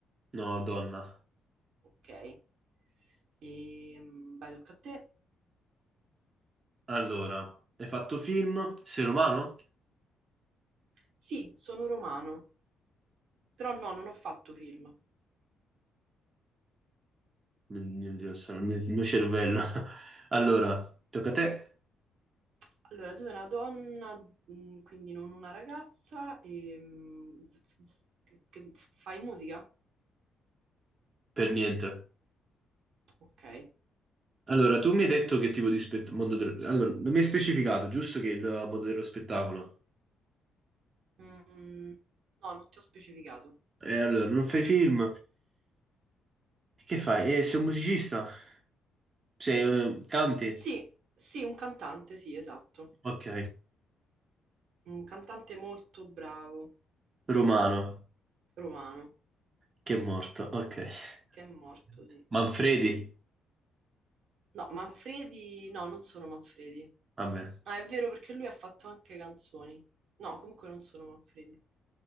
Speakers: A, on the right; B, on the right.
A: No, donna.
B: Ok. E, mm, vai, tocca a te.
A: Allora, hai fatto film? Sei romano?
B: Sì, sono romano, però no, non ho fatto film.
A: Mio Dio, sono il mio, il mio cervello. <laughs> Allora, tocca a te?
B: Allora, tu sei una donna, mm, quindi non una ragazza, e, mm, f- f- che- che fai musica?
A: Per niente.
B: Ok.
A: Allora, tu mi hai detto che tipo di spettacolo... Mondo del... Allora, non mi hai specificato, giusto che il mondo dello spettacolo.
B: Mm, no, non ti ho specificato.
A: E allora, non fai film? Che fai? Eh, sei un musicista? Sei... eh, canti?
B: Sì, sì, un cantante, sì, esatto.
A: Ok.
B: Un cantante molto bravo,
A: Romano,
B: romano,
A: che è morto. Ok.
B: che è morto, sì.
A: Manfredi?
B: No, Manfredi, no, non sono Manfredi.
A: Vabbè.
B: Ah, è vero perché lui ha fatto anche canzoni. No, comunque non sono Manfredi.